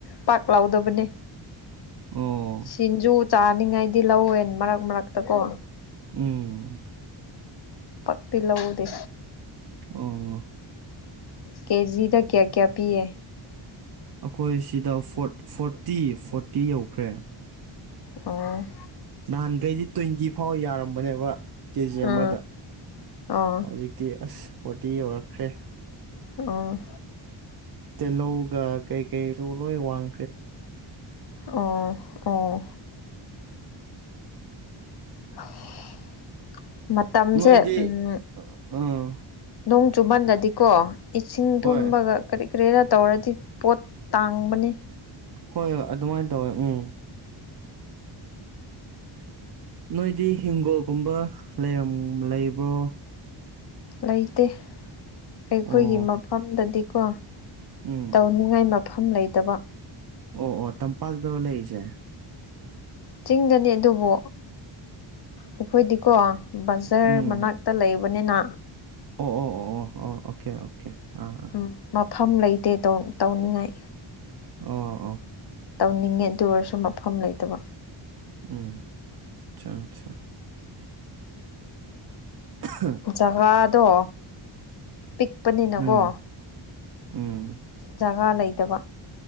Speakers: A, on the left; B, on the right.
A: ꯄꯥꯛ ꯂꯥꯎꯗꯕꯅꯦ
B: ꯑꯣ
A: ꯁꯤꯡꯖꯨ ꯆꯥꯅꯤꯡꯉꯥꯏꯗꯤ ꯂꯧꯋꯦ ꯃꯔꯛ ꯃꯔꯛꯇ ꯀꯣ
B: ꯎꯝ
A: ꯄꯛꯇꯤ ꯂꯧꯗꯦ
B: ꯑꯣ
A: ꯀꯦꯖꯤꯗ ꯀꯌꯥ ꯀꯌꯥ ꯄꯤꯒꯦ
B: ꯑꯩꯈꯣꯏ ꯁꯤꯗ ꯐꯣꯔꯇꯤ ꯐꯣꯔꯇꯤ ꯌꯧꯈ꯭ꯔꯦ
A: ꯑꯣ
B: ꯅꯍꯥꯟꯈꯩꯗꯤ ꯇ꯭ꯋꯦꯟꯇꯤ ꯐꯥꯎ ꯌꯥꯔꯝꯕꯅꯦꯕ ꯀꯦꯖꯤ
A: ꯎꯝ
B: ꯑꯃꯗ
A: ꯑꯣ
B: ꯍꯧꯖꯤꯛ ꯇꯤ ꯑꯦꯁ ꯐꯣꯔꯇꯤ ꯌꯧꯔꯛꯈ꯭ꯔꯦ
A: ꯑꯣ
B: ꯇꯤꯜꯍꯧꯒ ꯀꯩ ꯀꯩꯁꯨ ꯂꯣꯏ ꯋꯥꯡ
A: ꯑꯣ ꯑꯣ <inaudible> ꯃꯇꯝꯁꯦ
B: ꯅꯣꯏꯗꯤ
A: ꯎꯝ
B: ꯑꯥ
A: ꯅꯣꯡ ꯆꯨꯃꯟꯗꯗꯤꯀꯣ ꯏꯁꯤꯡ
B: ꯍꯣꯏ
A: ꯊꯨꯝꯕꯒ ꯀꯔꯤ ꯀꯔꯤꯗ ꯇꯧꯔꯗꯤ ꯄꯣꯠ ꯇꯥꯡꯕꯅꯤ
B: ꯍꯣꯏ ꯍꯣꯏ ꯑꯗꯨꯃꯥꯏꯅ ꯇꯧꯋꯦ ꯎꯝ ꯅꯣꯏꯗꯤ ꯍꯤꯡꯒꯣꯜꯒꯨꯝꯕ ꯂꯩꯔꯝ ꯂꯩꯕ꯭ꯔꯣ
A: ꯂꯩꯇꯦ ꯑꯩꯈꯣꯏꯒꯤ
B: ꯑꯣ
A: ꯃꯐꯝꯗꯗꯤꯀꯣ
B: ꯎꯝ
A: ꯇꯧꯅꯤꯡꯉꯥꯏ ꯃꯐꯝ ꯂꯩꯇꯕ
B: ꯑꯣ ꯑꯣ ꯇꯝꯄꯥꯛꯇꯔꯣ ꯂꯩꯔꯤꯁꯦ
A: ꯆꯤꯡꯒꯅꯤ ꯑꯗꯨꯕꯨ ꯑꯩꯈꯣꯏꯗꯤꯀꯣ ꯕꯖꯥꯔ
B: ꯎꯝ
A: ꯃꯅꯥꯛ ꯇ ꯂꯩꯕꯅꯤꯅ
B: ꯑꯣ ꯑꯣ ꯑꯣ ꯑꯣ ꯑꯣ ꯑꯣꯀꯦ ꯑꯣꯀꯦ ꯑꯥ
A: ꯎꯝ ꯃꯐꯝ ꯂꯩꯇꯦ ꯇꯧꯅꯤꯡꯉꯥꯏ
B: ꯑꯥ ꯑꯥ
A: ꯇꯧꯅꯤꯡꯉꯦ ꯑꯗꯨ ꯑꯣꯏꯔꯁꯨ ꯃꯐꯝ ꯂꯩꯇꯕ
B: ꯎꯝ ꯑꯆꯥꯆꯥ ꯑꯆꯥ ꯍ
A: ꯖꯒꯥꯗꯣ ꯄꯤꯛꯄꯅꯤꯅꯀꯣ
B: ꯎꯝ ꯎꯝ
A: ꯖꯒꯥ ꯂꯩꯇꯕ